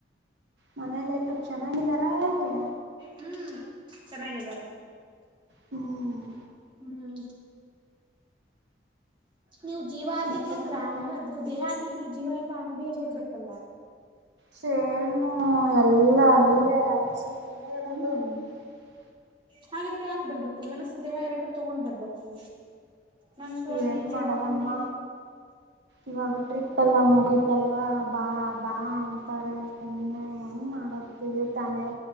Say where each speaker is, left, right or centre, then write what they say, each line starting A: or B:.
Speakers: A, on the right; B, on the right.
A: ಮನೇಲೆಲ್ರು ಚೆನ್ನಾಗಿದಾರಾ ಹೇಗೆ
B: ಹ್ಮ್ ಚೆನ್ನಾಗಿದ್ದಾರೆ
A: ಹ್ಮ್
B: ಹ್ಮ್ ನೀವು ಜೀವ ಅಲ್ಲಿದ್ರು
A: ಮತ್ತೆ ಕಣಕ್ಕ
B: ಪ್ರಾಣದು ದೇಹ ಅಲ್ಲಿದ್ರು ಜೀವ ಎಲ್ಲಾ ಅಂಗಡಿಯಲ್ಲಿ ಇರ್ಬೇಕಲ್ವಾ.
A: ಸೇಮು ಎಲ್ಲಾ ಅಲ್ಲೇ ಅಸಲ್ಲರದು
B: ಹ್ಮ್
A: <unintelligible>
B: ಹಾಗಿದ್ರೆ ಯಾಕ ಬರ್ಬೇಕು ಮನಸ್ಸು ದೇಹ ಎರಡು ತಗೊಂಡ್ ಬರ್ಬೇಕು ಮನ್ಸು ಅಲ್ಲಿ
A: ಏನ್
B: ದೇಹ
A: ಮಾಡದಮ್ಮ
B: ಇಲ್ಲಿ.
A: ಇವಾಗ ಟ್ರಿಪ್ ಎಲ್ಲಾ ನ ಮುಗತಲ್ವಾ ಬಾ ಬಾ ಅಂತಾರೆ ಸುಮ್ಮನೆ ಹೆಂಗ ಮಾಡದು ತಾನೆ